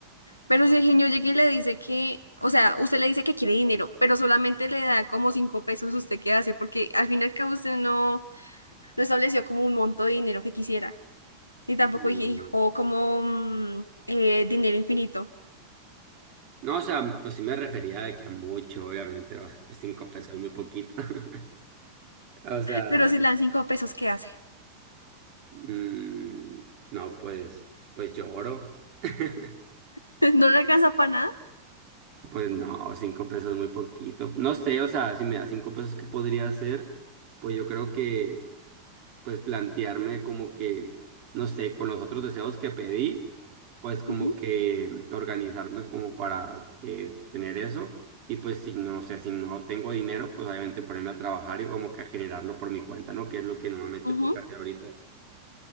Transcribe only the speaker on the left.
Pero si el genio llega y le dice que, o sea, usted le dice que quiere dinero, pero solamente le da como cinco pesos, ¿usted qué hace? Porque al fin y al cabo usted no, no estableció como un monto de dinero que quisiera. Ni tampoco
dijo como mm, eh, dinero infinito.
Pero si le dan cinco pesos, ¿qué hace?
<laughs> ¿No le alcanza para nada?
Ujú,
ujú.